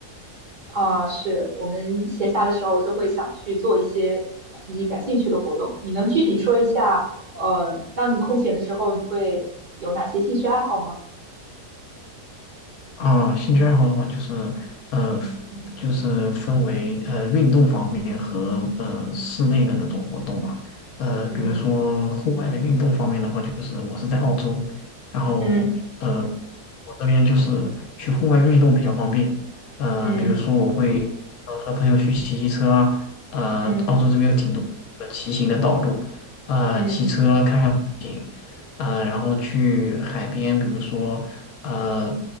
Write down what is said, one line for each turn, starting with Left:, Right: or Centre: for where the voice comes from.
Right: 啊，是我们闲暇的时候就会想去做一些呃自己感兴趣的活动。你能具体说一下，呃，当你空闲的时候，你会有哪些兴趣爱好吗？
Left: 啊，兴趣爱好的话，就是呃，
Right: 嗯
Left: 就是分为呃运动方面和呃室内的那种活动吧。呃，
Right: 嗯
Left: 比如说户外的运动方面的话，就是我是在澳洲，然后呃，
Right: 嗯
Left: 我这边就是去户外运动比较方便。呃，
Right: 嗯
Left: 比如说我会呃和朋友去骑骑车啊，呃，
Right: 嗯
Left: 澳洲这边有挺多呃骑行的道路，呃，
Right: 嗯
Left: 骑车看看风景，呃，然后去海边，比如说。呃